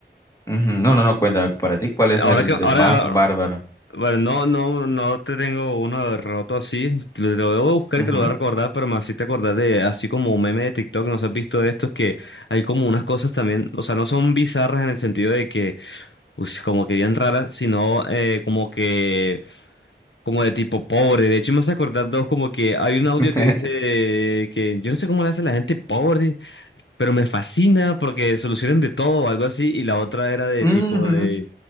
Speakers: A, on the left (about 15°); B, on the left (about 85°).
A: ujú, No, no, no, cuéntame, para ti, ¿cuál es
B: Ahora
A: el,
B: que,
A: el
B: ahora,
A: más bárbaro?
B: bueno, no, no, no te tengo uno roto así. Te te lo debo buscar
A: Ujú.
B: y te lo voy a recordar, pero me hiciste acordar de, así como un meme de TikTok, ¿no has visto esto? Que hay como unas cosas también, o sea, no son bizarras en el sentido de que, uy, como que bien raras, sino eh, como que, como de tipo pobre. De hecho, me hace acordar dos, como que hay un
A: <laughs>
B: audio que dice eh, que yo no sé cómo le hace la gente pobre, pero me fascina porque solucionan de todo o algo así. Y la otra era de
A: Ujú.
B: tipo de...